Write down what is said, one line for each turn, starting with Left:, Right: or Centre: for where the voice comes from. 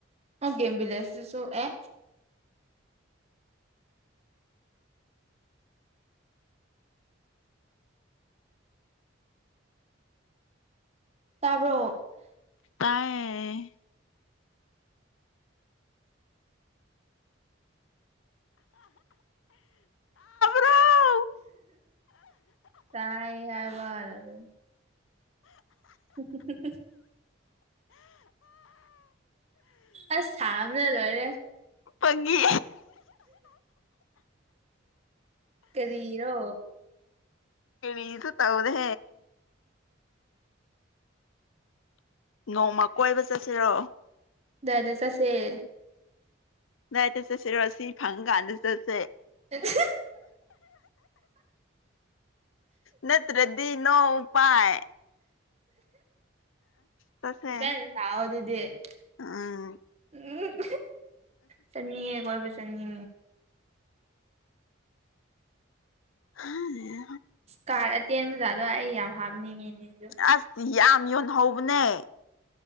Right: ꯑꯣ ꯦꯝꯕꯤ ꯂꯩꯁꯤꯁꯤꯁꯨ ꯑꯦ ꯇꯥꯕ꯭ꯔꯣ
Left: ꯇꯌꯦ ꯭ꯔꯣ
Right: ꯇꯥꯏ ꯍꯥꯏꯕꯔ ꯑꯗꯨꯔ ꯁꯤ ꯑ ꯊꯝꯅ ꯂꯣꯏꯔꯦ
Left: ꯄꯒꯤ
Right: ꯀꯗꯤꯔꯣ
Left: ꯀꯗꯨ ꯇꯥꯎꯗꯦ ꯅꯣꯡꯃ ꯀꯣꯏꯕ ꯆꯠꯁꯤꯔꯣ
Right: ꯗꯗꯥꯗꯥ ꯆꯁꯦ
Left: ꯗꯥꯏꯠꯇ ꯆꯠꯁꯤꯦꯔꯣ ꯑꯁꯤ ꯐꯪ ꯀꯥꯟꯗ ꯆꯠꯁꯦ
Right: ꯑꯗꯨ
Left: ꯅꯠꯇ꯭ꯔꯗꯤ ꯅꯣ ꯎꯥꯏ ꯆꯠꯁꯦ
Right: ꯥꯏ ꯊꯥꯎꯗꯗꯤꯦ
Left: ꯎꯝ
Right: ꯎꯝ ꯆꯅꯤ ꯀꯣꯏꯕ ꯆꯅꯤ
Left: ꯍ
Right: ꯏꯁꯀꯥꯔꯠ ꯑꯇꯦꯟꯕꯖꯥꯗꯣ ꯑꯩ ꯌꯥꯝ ꯍꯥꯞꯅꯤꯡꯉꯤꯅꯦ ꯑꯗ
Left: ꯑꯁ ꯌꯥꯝ ꯌꯣꯟ ꯍꯧꯕꯅꯦ